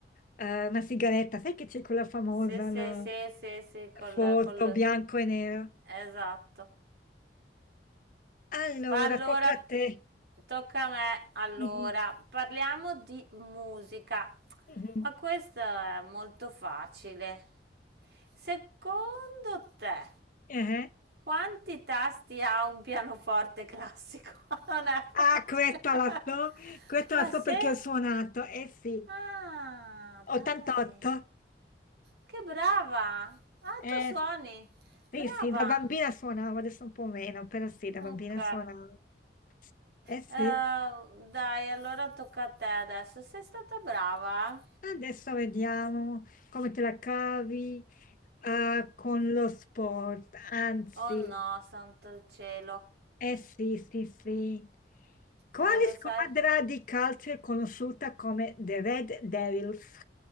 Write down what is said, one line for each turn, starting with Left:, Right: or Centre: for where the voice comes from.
Left: eh, una sigaretta. Sai che c'è quella famosa
Right: Sì, sì,
Left: no?
Right: sì, sì, sì, col,
Left: foto
Right: col...
Left: bianco e nero?
Right: Esatto.
Left: Allora,
Right: Ma allora,
Left: tocca a te.
Right: tocca a me. Allora,
Left: Mhm,
Right: parliamo di musica.
Left: mhm,
Right: Ma questo è molto facile. Secondo te,
Left: eh.
Right: quanti tasti ha un pianoforte classico? <laughs> Non è facile.
Left: Ah, questa la so,
Right: <laughs>
Left: questa
Right: Ah,
Left: la so
Right: sì?
Left: perché ho suonato. Eh sì,
Right: Ah,
Left: 88.
Right: dai. Che brava. Ah,
Left: Eh
Right: tu suoni.
Left: sì,
Right: Brava.
Left: sì, da bambina suonavo, adesso un po' meno, però sì, da bambina
Right: Ok.
Left: suonavo. Eh sì.
Right: Ehm, dai, allora tocca a te adesso. Sei stata brava? eh?
Left: Adesso vediamo come te la cavi ah, con lo sport. Anzi,
Right: Oh no, santo il cielo.
Left: eh sì, sì, sì. Quale
Right: Dai, lo
Left: squadra
Right: sai?
Left: di calcio è conosciuta come The Red Devils?